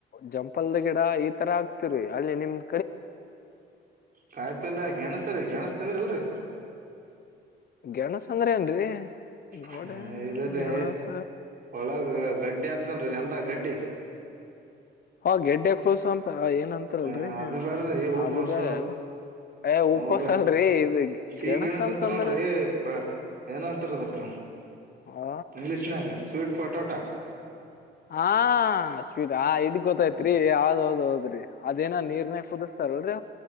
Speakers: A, on the left (about 50°); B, on the right (about 50°).
A: ಜಂಪಲ್ದ ಗಿಡ ಈ ತರ ಆಕ್ತಿರಿ ಅಲ್ಲಿಿ ನಿಮ್ದ
B: ಕಾಯಪಲ್ಲ ಗಣೇಶ ರೀ ಗಣೇಶ ತಂದ್ರಿ ಇಲ್ರಿ
A: ಗಗೆಣಸ್ ಅಂದ್ರ ಏನ್ರಿ ನೋಡ
B: ಹ ಇದ್ರೀ
A: ಗೆಣಸ
B: ಒಳಗ ಗಡ್ಡಿ ಆತ್ನಲ್ ಎಲ್ದ ಗಡ್ಡಿ
A: ಆ ಗೆಡ್ಡೆ ಕೂಸು ಅಂತ ಆ, ಏನ್ ಅಂತಾರಲ್ರಿ
B: ಹ ಅದು ಬೇಡ್ರಿ
A: ಅದು
B: ಕಸ
A: ಬೇರೆ ಅಲ್ರಿ ಏ ಹೂಕೋಸ್
B: ಹೌದ
A: ಅಲ್ರಿ ಇದು
B: ಸಿಹ
A: ಗೆಣಸ್
B: ಗಣಸ್
A: ಅಂತಂದ್ರ
B: ಅಂತರ ನೋನ್್ರಿ ಪ ಏನಂತಾರ ಅದಕ್ಕ
A: ಆ,
B: ಇಂಗ್ಲಿಷ್ ನ ಸ್ವಿಟ್ ಪೊಟೋಟಾ
A: ಹಾ ಸ್ವೀಟ್ ಇದ್ ಗೊತ್ತೈತ್ರಿ ಹೌದ್ ಹೌದ್ ಹೌದ್ರಿ ಅದೇನ ನೀರ್ನೆೇ ಕೂದಸ್ತ ಚ ರ